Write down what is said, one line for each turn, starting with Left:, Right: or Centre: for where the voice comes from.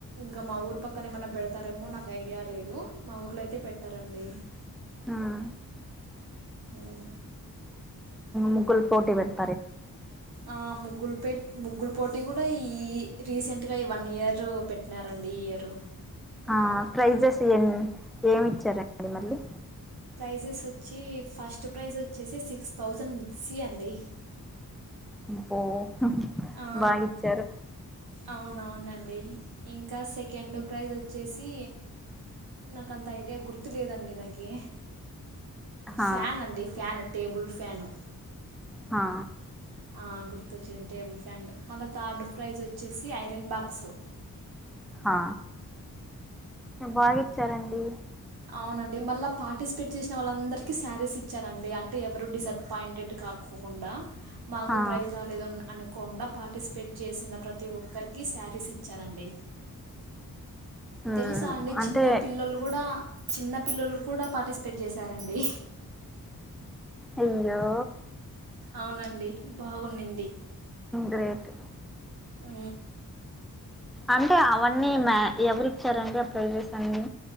Right: గ మా ఊర పక్క అక్కని ఏమన్నా పెడతారేమో నాకు ఐడియా లేదు. మా ఊర్లో అయితే పెట్టరండి.
Centre: హ్మ్
Right: ఉ
Centre: ముగ్గుల పోటీ పెట్
Right: ఆ ముగుల్ పే ముగుల్ పోట్ ఇది కూడా ఈ రీసెంట్గా ఈ వన్ ఇయర్ పెట్టినారండి. ఈ ఇయరు
Centre: ఆ ప్రైజెస్ ఏం ఏమిచ్చారండి మళ్ళీ
Right: ప్రైజెస్ వచ్చి ఫస్ట్ ప్రైజ్ వచ్చేసి సిక్స్ థౌజండ్ మిక్సీ అండి.
Centre: పో అ
Right: ఆ,
Centre: బాగిచ్చారు.
Right: అవునవునండి ఇంకా సెకండ్ ప్రైజ్ వచ్చేసి నాకు అంత ఐడియా గుర్తు లేదండి నాకి
Centre: హా
Right: ఫ్యాన్ అండి ఫ్యాను టేబుల్ ఫ్యాను
Centre: హా
Right: ఆ గుర్తొచ్చింది. టేబుల్ ఫ్యాన్ మళ్ళీ థర్డ్ ప్రైజ్ వచ్చేసి ఐరన్ బాక్సు.
Centre: ఆ బాగా ఇచ్చారండి.
Right: అవునండి. మళ్ళీ పార్టిసిపేట్ చేసిన వాళ్ళందరికీ శారీస్ ఇచ్చారండి. అంటే ఎవరు డిసప్పాయింటెడ్ కాకుండా. మాకు
Centre: హా
Right: ప్రైజ్ రాలేదు అని అనుకోకుండా పార్టిసిపేట్ చేసిన ప్రతి ఒక్కరికి శారీస్ ఇచ్చారండి
Centre: హ్మ్
Right: తెలుసా అండి
Centre: అంటే
Right: చిన్న పిల్లోళ్ళుగుడా చిన్న పిల్లలు కూడా పాటిస్త పెట్ చేసారండి
Centre: అయ్యో
Right: అవునండి బాగుండింది
Centre: గ్రేట్
Right: ఉ
Centre: అంటే అవన్నీ మ్యా ఎవరిచ్చారండి ఆ ప్రైజెస్ అన్ని